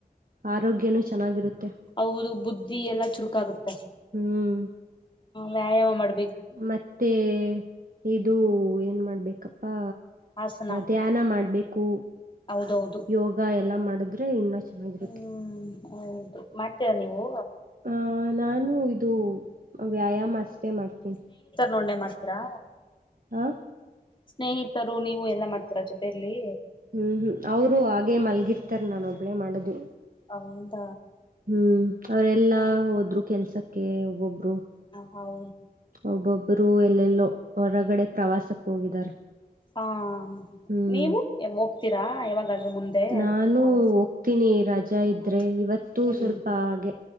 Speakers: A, on the right; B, on the left.
A: ಆರೋಗ್ಯನೂ ಚೆನ್ನಾಗಿರುತ್ತೆ
B: ಹೌದು ಬುದ್ಧಿ ಎಲ್ಲ ಚುರುಕ ಆಾಗುತ್ತೆ
A: ಹ್ಮ್
B: ವ್ಯಾಯಾಮ ಮಾಡಬೇಕ
A: ಮತ್ತೆ
B: ಹ್ಮ್
A: ಇದು ಏನ್ ಮಾಡ್ಬೇಕಪ್ಪಾ
B: ಹಾಸನ
A: ಧ್ಯಾನ ಮಾಡ್ಬೇಕು
B: ಹೌದೌದು
A: ಯೋಗ ಎಲ್ಲಾ ಮಾಡಿದ್ ಇನ್ನ ಚೆನ್ನಾಗಿರುತ್ತೆ
B: ಹ್ಮ್ ಹೌದು ಮಾಡ್ತೀರಾ ನೀವು
A: ಆಹ ನಾನು ಇದು ವ್ಯಾಯಾಮ ಅಷ್ಟೇ ಮಾಡ್ತೀನಿ
B: ನಣೆ ಮಾಡ್ತೀರಾ
A: ಆ
B: ಸ್ನೇಹಿತರು ನೀವು ಎಲ್ಲಾ ಮಾಡ್ತರ ಜೊತೆಯಲ್ಲಿ
A: ಹ್ಮ್ ಹ್ಮ್ ಅವರು ಹಾಗೆ ಮಲ್ಗಿರ್ತಾರ ನಾನೊಬ್ಬ ಒಬ್ಲೆ ಮಾಡೋದು
B: ಹಿಂದ
A: ಹ್ಮ್ ಅವ್ರಲ್ಲಾ ಹೋದ್ರು ಕೆಲ್ಸಕ್ಕೆ ಒಬ್ಬೊಬ್ರು
B: ಹೌ
A: ಒಬ್ಬೊಬ್ಬರು ಎಲ್ಲೆಲ್ಲೋ ಹೊರಗಡೆ ಪ್ರವಾಸ ಹೋಗಿದ್ದಾರೆ
B: ಹಾ
A: ಹ್ಮ್
B: ನೀವು ಹೋಗ್ತೀರಾ ಯಾವಾಗಾದ್ರೂ ಮುಂದೆ
A: ನಾನು
B: ಪ್ರವಾಸ
A: ಹೋಗ್ತೀನಿ ರಜಾ ಇದ್ರೆ
B: ಹ್ಮ
A: ಇವತ್ತು
B: ಹ್ಮ್
A: ಸ್ವಲ್ಪ ಹಾಗೆ